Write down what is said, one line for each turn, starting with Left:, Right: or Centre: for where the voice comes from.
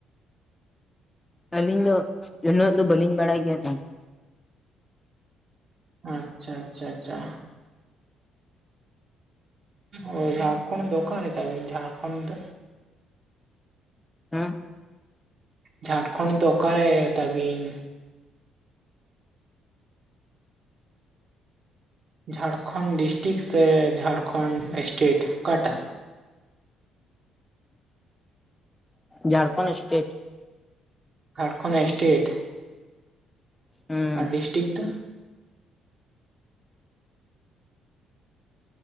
Left: ᱟᱹᱞᱤᱧ ᱫᱚ ᱩᱱᱟᱹᱜ ᱫᱚ ᱵᱟᱹᱞᱤᱧ ᱵᱟᱲᱟᱭ ᱜᱮᱭᱟ ᱛᱟᱦᱮᱸᱱ ᱾
Right: ᱟᱪᱪᱷᱟ ᱟᱪᱪᱷᱟ ᱟᱪᱪᱷᱟ᱾ ᱚ, ᱡᱷᱟᱲᱠᱷᱚᱸᱰ ᱫᱚ ᱚᱠᱟᱨᱮ ᱛᱟᱵᱤᱱ ᱡᱷᱟᱲᱠᱷᱚᱸᱰ ᱫᱚ?
Left: ᱦᱩᱸ᱾
Right: ᱡᱷᱟᱲᱠᱷᱚᱸᱰ ᱫᱚ ᱚᱠᱟᱨᱮ ᱛᱟᱵᱤᱱ? ᱡᱷᱟᱲᱠᱷᱚᱸᱰ ᱰᱤᱥᱴᱤᱠ ᱥᱮ ᱡᱷᱟᱲᱠᱷᱚᱸᱰ ᱮᱥᱴᱮᱴ ᱚᱠᱟᱴᱟᱜ?
Left: ᱡᱲᱠᱷᱚᱸᱰ ᱮᱥᱴᱮᱴ ᱾
Right: ᱡᱷᱟᱲᱠᱷᱚᱸᱰ ᱮᱥᱴᱮᱴ ᱾
Left: ᱦᱩᱸ
Right: ᱟᱨ ᱰᱤᱥᱴᱤᱠ ᱫᱚ?